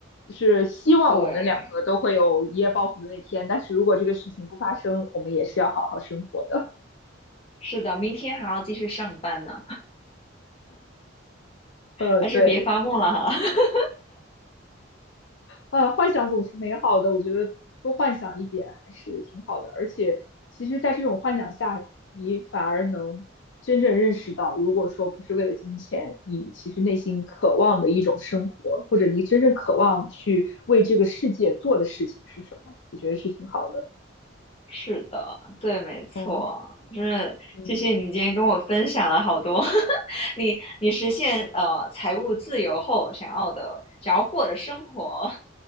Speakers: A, on the left (about 65°); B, on the left (about 30°).
A: 就是希望我们两个都会有一夜暴富的那天。
B: <laughs> 对，
A: 但是如果这个事情不发生，我们也是要好好生活的。
B: 是的，明天还要继续上班呢。
A: 呃，
B: 还是别发梦了哈。
A: 对，
B: <laughs>
A: 呃，幻想总是美好的，我觉得多幻想一点还是挺好的。而且，其实，在这种幻想下，你反而能真正认识到，如果说不是为了金钱，你其实内心渴望的一种生活，或者你真正渴望去为这个世界做的事情是什么，我觉得是挺好的。
B: 是的，对，没错，
A: 嗯
B: 真是谢谢你今天跟我分享了好多
A: 嗯。
B: <laughs> 你你实现呃财务自由后想要的想要过的生活。